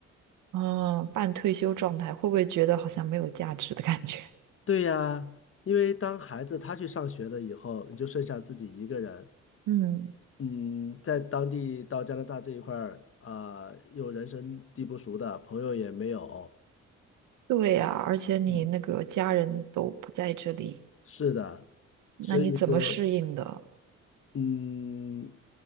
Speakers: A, on the right; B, on the left.
A: 啊，半退休状态，会不会觉得好像没有价值的感觉？<laughs>
B: 对呀，因为当孩子他去上学了以后，你就剩下自己一个人。
A: 嗯，
B: 嗯，在当地到加拿大这一块儿啊，又人生地不熟的，朋友也没有。
A: 对呀，而且你那个家人都不在这里，
B: 嗯，是的，
A: 那你怎么适应的？
B: 所以说。嗯，